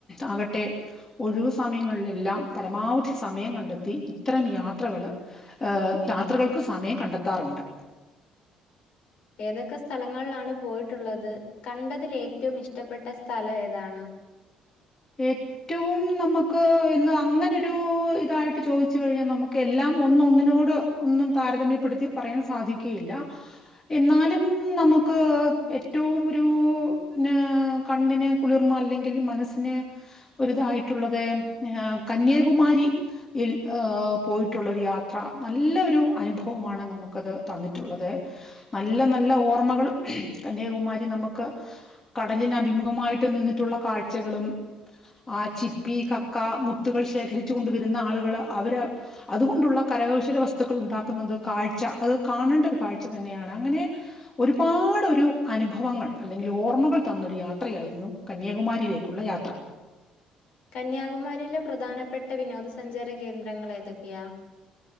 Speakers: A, on the left; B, on the left.
A: ആകട്ടെ - ഒഴിവു സമയങ്ങളിലെല്ലാം പരമാവധി സമയം കണ്ടെത്തി ഇത്തരം യാത്രകള് ഏ- യാത്രകൾക്ക് സമയം കണ്ടെത്താറുണ്ട്.
B: ഏതൊക്കെ സ്ഥലങ്ങളിലാണ് പോയിട്ടുള്ളത് കണ്ടതിൽ ഏറ്റവും ഇഷ്ടപ്പെട്ട സ്ഥലം ഏതാണ്
A: ഏറ്റവും നമക്ക് ഇന്ന് അങ്ങനൊരു ഇതായിട്ട് ചോദിച്ച് കഴിഞ്ഞാ നമക്കെല്ലാം ഒന്ന് ഒന്നിനോട് ഒന്നും താരതമ്മ്യപ്പെടുത്തി പറയാൻ സാധിക്കെയില്ല എന്നാലും ന- നമുക്ക് ഏറ്റവും ഒരു ന്ന് കണ്ണിന് കുളിർമ അല്ലെങ്കിൽ മനസ്സിന് ഒരുതായിട്ടുള്ളത് ആ കന്യ - കുമാരിയിൽ പോയിട്ടുള്ളൊരു യാത്ര നല്ല ഒരു അനുഭവമാണ് നമുക്കത് തന്നിട്ടുള്ളത് നല്ല നല്ല ഓർമ്മകളും കന്യാകുമാരി നമക്ക് കടലിന് അഭിമുഖമായിട്ട് നിന്നിട്ടുള്ള കാഴ്ചകളും ആ ചിപ്പി, കക്ക, മുത്തുകൾ ശേഖരി ച്ചുണ്ട് വരുന്ന ആളുകൾ അവര് അതുകൊണ്ടുള്ള കരകൗശല വസ്തുക്കൾണ്ടാക്കുന്നത് കാഴ്ച അത് കാ ണേണ്ടരു കാഴ്ച തന്നെയാണ് അങ്ങനെ ഒരുപാട് ഒരു അനുഭവങ്ങൾ അല്ലെങ്കിൽ ഓർമ്മകൾ തന്നൊരുയാ യാത്രയായിരുന്നു കന്യാകുമാരിയിലേക്കുള്ള യാത്ര.
B: കന്യാകുമാരിയിലെ പ്രധാനപ്പെട്ട ട്ട വിനോദ സഞ്ചാര കേന്ദ്രങ്ങൾ ഏതൊക്കെയാ?